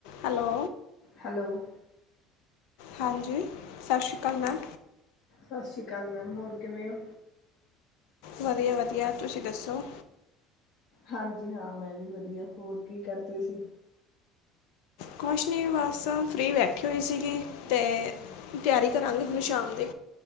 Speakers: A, on the left; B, on the left.
A: ਹੈਲੋ,
B: ਹੈਲੋ
A: ਹਾਂਜੀ, ਸਸ਼੍ਰੀ ਅਕਾਲ, ਮੈਮ
B: ਸਸ਼੍ਰੀ ਅਕਾਲ ਮੈਮ ਹੋਰ ਕਿਵੇਂ ਓ?
A: ਵਧੀਆ ਵਧੀਆ ਤੁਸੀਂ ਦੱਸੋ
B: ਹਾਂਜੀ, ਹਾਂ ਮੈਂ ਵੀ ਵਧੀਆ ਹੋਰ ਕੀ ਕਰਦੇ ਸੀ?
A: ਕੁਛ ਨੀ ਬਸ ਫ੍ਰਰੀ ਬੈਠੀ ਹੋਈ ਸੀਗੀ ਤੇ ਤਿਆਰੀ ਕਰਾਂਗੇ ਹੁਣ ਸ਼ਾਮ ਦੀ